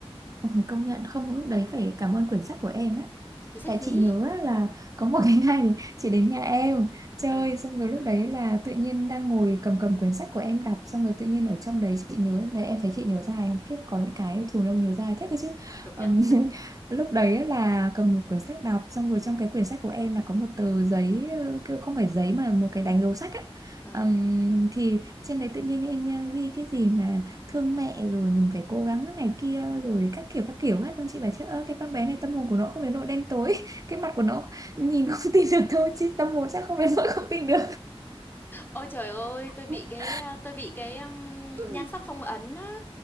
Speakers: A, on the right (about 35°); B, on the left (about 20°).
A: Ừ, công nhận không lúc đấy phải cảm ơn quyển sách của em á
B: Cuốn sách
A: tại
B: gì?
A: chị nhớ á, là có một <laughs> cái ngày thì chị đến nhà em chơi
B: Ờ,
A: xong rồi lúc
B: ờ,
A: đấy là tự nhiên đang ngồi cầm cầm quyển sách của em đọc xong rồi tự nhiên ở trong đấy chị nhớ đấy em thấy chị nhớ dài không kiếp có những cái thù lông nhớ dài thế cơ chứ
B: <laughs> công
A: Ừm,
B: nhận.
A: <laughs> lúc đấy á là cầm một quyển sách đọc xong rồi trong cái quyển sách của em là có một tờ giấy ờ, kiểu không phải giấy mà một cái đánh dấu sách á
B: Ờ.
A: Ừm, thì trên đấy tự nhiên em ghi cái gì mà thương mẹ rồi mình phải cố gắng cái này kia rồi các kiểu các kiểu hết nên chị bảo chứ ơ cái con bé này tâm hồn của nó không đến nỗi đen tối <laughs> cái mặt của nó nhìn không tin được thôi chứ tâm hồn chắc không đến nỗi không tin được
B: Ôi trời ơi, tôi bị
A: <laughs>
B: cái à, tôi bị cái um,
A: Ừ.
B: nhan sắc phong ấn á,